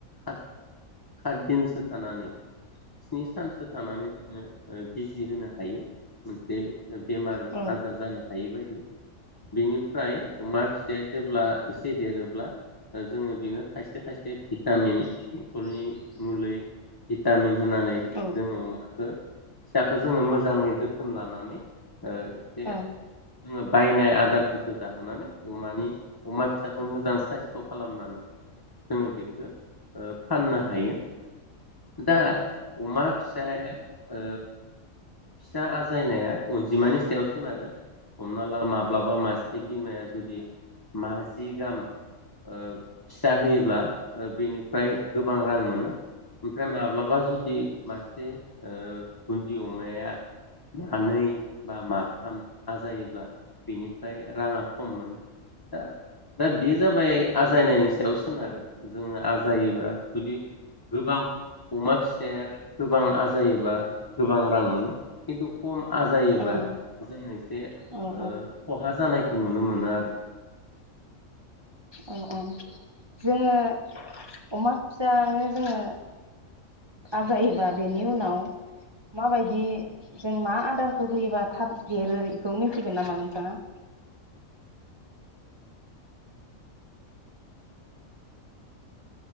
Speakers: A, on the left; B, on the right.
A: हाट हाटदिनसो थानानै स्नि सानसो थानानै जोङो बिजि होनो हायो। बे बेमार
B: औ
A: आजार जानो हायि बायदि बेनि ओमफ्राय अमा फिसाया जेब्ला एसे देरोब्ला दा जोङो बेनो खायसे खायसे भिटामिन बथलनि मुलै बि टामिन होनानै
B: औ
A: जोङो अमाखौ फिसा दा जोङो मोजाङै जोथोन लानानै ओ एसे
B: औ
A: जोङो बायनाय आदारफोरखौ जाहोनानै अमानि अमा फिसाखौ मोजां साइस्थ' खालामनानै जोङो बेखौ ओ फाननो हायो। दा अमा फिसाया ओ फिसा आजायनाया अनजिमानि सायाव सोनारो हमना ला माब्लाबा मासे से बिमाया जुदि मा जि गाहाम ओ फिसा होयोब ब्ला ओ बेनिफ्राय गोब गोबां रां मोनो ओमफ्राय माब्लाबा जुदि मासे ओ बुन्दि अमाया मानै बा माथाम आजायोब्ला बेनिफ्राय ओ राङा खम मोनो। दा दा बेजाबाय आजायनायनि सायाव सोनारो। जोङो आज जायोबा जुदि गोबां अमा फिसाया गोबां आजायोबा गोबां रां मोनो खिन्थु खम आजायोबा
B: औ
A: जों एसे ओ
B: औ
A: खहा जानायखौ नुनो मोनो आरो।
B: औ औ जोङो अमा फिसा जोङो आजायोबा बेनि उनाव माबायदि जों मा आदारखौ होयोबा थाब देरो इखौ मिथिगोन नामा नोंथाङा?